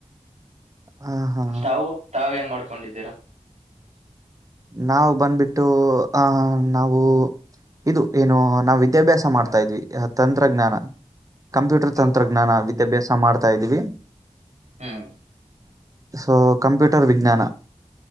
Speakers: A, on the right; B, on the right.
A: ಹ ಹಾ
B: ತಾವು ತಾವೇನ್ ಮಾಡ್ಕೊಂಡಿದ್ದೀರಾ
A: ನಾವವು್ ಬಂದ್ಬಿಟ್ಟು ಆಹ ನಾವು ಇದು ಏನು ನಾ್ ವಿದ್ಯಾಭ್ಯಾಸ ಮಾಡ್ತಾ ಇದ್ವಿ ತಂತ್ರಜ್ಞಾನ ಕಂಪ್ಯೂಟರ್ ತಂತ್ರಜ್ಞಾನ
B: ಓಹೋ
A: ವಿದ್ಯಾಭ್ಯಾಸ ಮಾಡ್ತಾ ಇದ್ದೀವಿ
B: ಹ್ಮ್
A: ಸೊ ಕಂಪ್ಯೂಟರ್ ವಿಜ್ಞಾನ